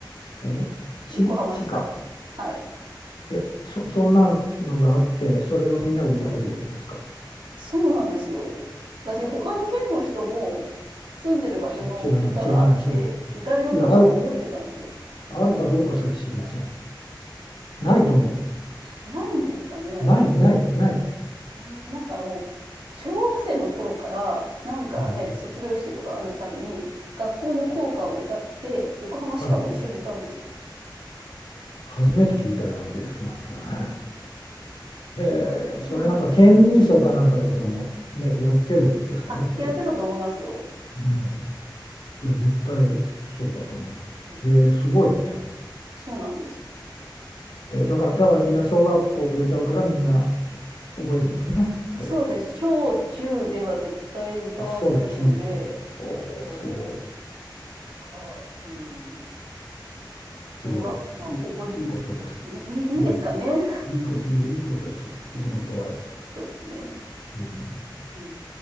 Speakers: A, on the left; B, on the right.
A: え、し、
B: 横浜しか。
A: 鹿。
B: はい。
A: え、そ、そんなのがあって、それをみんなが歌えるんですか
B: そうなんですよ。私、他の県の人も住んでる場所の歌があって、
A: し、知らない、知らない、知らない。
B: 歌えるもんだと思ってたんですよ。
A: いや、ある、あるかどうかさえ知りません。ないと思
B: ないんですかね。
A: う。ない、ない、ない。
B: えーなんかもう、小学生の頃から、なんかね、
A: うん。
B: 卒業式とかあるたびに、学校の校歌を歌って、横浜しかも一緒に歌うんですよ。
A: はい。初めて聞いたような気がしますけどね。へ
B: なんか、そうなんですよ。
A: え、それなんか県民賞かなんかででもね、やってるんですかね、
B: あ、
A: そういう。
B: やってたと思いますよ。
A: うん。いや、絶対そうだと思
B: うん。
A: う。へえ、すごいね。
B: そうなんです。
A: え、だから、だからみんな小学校で歌うからみんな覚えるんですね。それは。
B: そうですね。小中では絶対歌わされるので、
A: あ、小中で。おー、
B: そう。
A: すごい。
B: だから、うん。
A: すごい。
B: それは、まあ、
A: いい、
B: 誇
A: いいことです。
B: り、いい、いいんですかね。
A: うん。いいこと、いいいいことですよ。
B: <laughs>
A: 地元愛。
B: そうですね。
A: うん。
B: うん